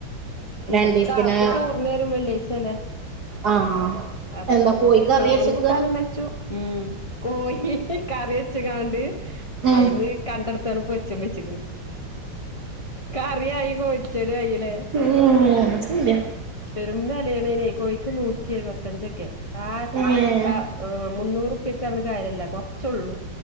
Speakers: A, on the left; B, on the right.
A: ഇന്ന്
B: രണ്ടീസത്തിന്
A: നീ കാക്ക ചോർന്നു വരും വെള്ളിയാഴ്ച അല്ലേ
B: ആഹ്
A: അപ്പോത്തേ
B: എന്താ കോയി കറി
A: ചോറും
B: വെച്ചക്കാ
A: കൂട്ടാനും വെച്ചു ഉം കോയി കറി വച്ച കാണ്ട്
B: ഉം
A: അയിന്ന് കണ്ടടുത്താണ് പൊരിച്ചം വെച്ചക്കണ് കറിയായി കോറ്റിച്ചേരു കയില്ലേ
B: ഉം ശരിയാ
A: പെരും വെലെണെ കോഴിക്ക് നൂറ്റി എഴുപത്തഞ്ചൊക്കെ ആ
B: ഏഹ്
A: ആഹ് മുന്നൂറുറപ്പക്കെ കാര്യമല്ല കുറച്ചള്ളൂ